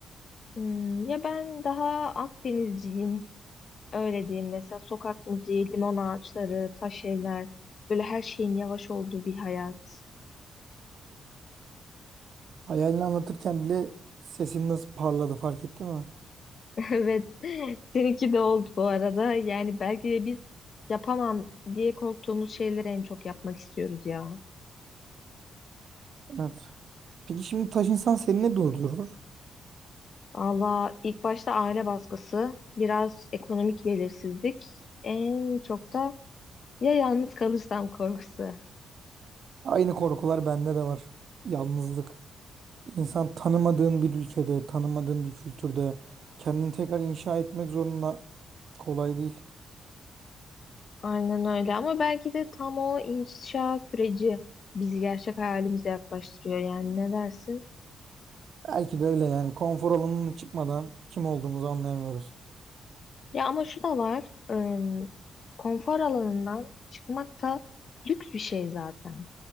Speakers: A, on the left (about 50°); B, on the right (about 60°).
A: Hmm, ya ben daha Akdenizciyim Öyle diyeyim mesela sokak müziği, limon ağaçları, taş evler, böyle her şeyin yavaş olduğu bir hayat.
B: Hayalini anlatırken bile sesin nasıl parladı fark ettin mi?
A: <laughs> Evet, seninki de oldu bu arada. Yani belki de biz yapamam diye korktuğumuz şeyleri en çok yapmak istiyoruz ya.
B: Evet. Peki şimdi taş insan seni ne durdurur?
A: Valla ilk başta aile baskısı, biraz ekonomik belirsizlik, en çok da ya yalnız kalırsam korkusu.
B: Aynı korkular bende de var. Yalnızlık. İnsan tanımadığın bir ülkede, tanımadığın bir kültürde kendini tekrar inşa etmek zorunda kolay değil.
A: Aynen öyle ama belki de tam o inşa süreci bizi gerçek hayalimize yaklaştırıyor yani ne dersin?
B: Belki de öyle yani konfor alanının çıkmadan kim olduğumuzu anlayamıyoruz.
A: Ya ama şu da var. ım, konfor alanından çıkmak da lüks bir şey zaten.